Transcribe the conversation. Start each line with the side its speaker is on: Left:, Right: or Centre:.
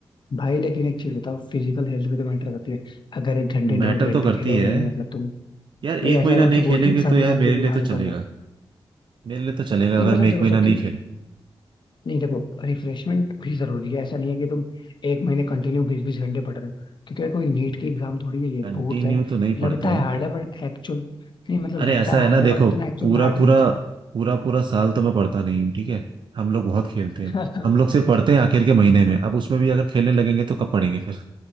Left: भाई लेकिन एक चीज बताओ फिजिकल हेल्थ भी तो मैटर करती है अगर एक घंटे डेढ़
Right: मैटर
Left: घंटे
Right: तो करती
Left: खेलोगे
Right: है
Left: नहीं मतलब तुम
Right: यार
Left: भाई
Right: एक
Left: ऐसा
Right: महीना
Left: ना हो
Right: नहीं
Left: कि
Right: खेलेंगे
Left: बोर्ड के एग्जाम
Right: तो यार
Left: में जाके
Right: मेरे
Left: बीमारी
Right: लिए तो चलेगा
Left: पड़ जाओ
Right: मेरे लिए तो चलेगा
Left: नहीं
Right: अगर
Left: मतलब
Right: मैं एक
Left: देखो
Right: महीना
Left: सबकी
Right: नहीं खेलूं
Left: नहीं देखो रिफ्रेशमेंट भी जरूरी है ऐसा नहीं है कि तुम एक महीने कंटिन्यू बीस बीस घंटे पढ़ रहे हो क्योंकि कोई नीट की एग्जाम थोड़ी है ये
Right: कंटिन्यू
Left: बोर्ड्स है
Right: तो नहीं
Left: लगता
Right: पढ़ते
Left: है
Right: हैं
Left: हार्ड है बट एक्चुअल नहीं मतलब
Right: अरे
Left: लगता
Right: ऐसा
Left: है
Right: है
Left: हार्ड
Right: ना देखो
Left: है बट उतना एक्चुअल
Right: पूरा
Left: में हार्ड
Right: पूरा
Left: नहीं होता
Right: पूरा पूरा साल तो मैं पढ़ता नहीं हूँ ठीक है हम लोग बहुत खेलते
Left: <laughs>
Right: हैं हम लोग सिर्फ पढ़ते हैं आखिर के महीने में अब उसमें भी अगर खेलने लगेंगे तो कब पढ़ेंगे फिर